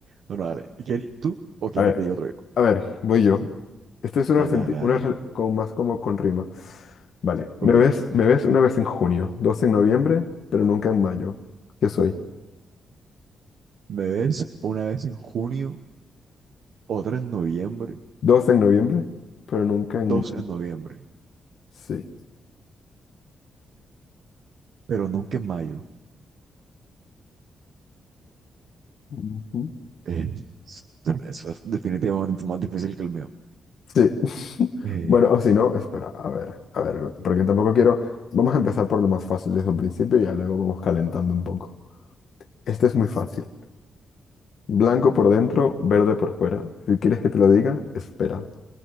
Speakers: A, on the right; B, on the left.
A: Bueno, dale. ¿Quieres- ¿Tú o quieres
B: A ver.
A: que te diga otro yo?
B: A ver, voy yo. Este es una,
A: Dale, dale, dale.
B: una re- con más como con rima. Vale, me
A: Ok.
B: ves, me ves una vez en junio, dos en noviembre, pero nunca en mayo. ¿Qué soy?
A: Me ves una vez en junio, otra en noviembre,
B: Dos en noviembre, pero nunca
A: dos
B: en mayo.
A: en noviembre,
B: Sí.
A: pero nunca en mayo.
B: Ujú.
A: Eh, eso es definitivamente más difícil que el mío.
B: Sí. <laughs>
A: Eh,
B: Bueno, o si no, espera,
A: Bueno.
B: a ver, a ver, porque tampoco quiero. Vamos a empezar por lo más fácil desde un principio y ya luego vamos calentando un poco. Este es muy fácil. Blanco por dentro, verde por fuera. Si quieres que te lo diga, espera.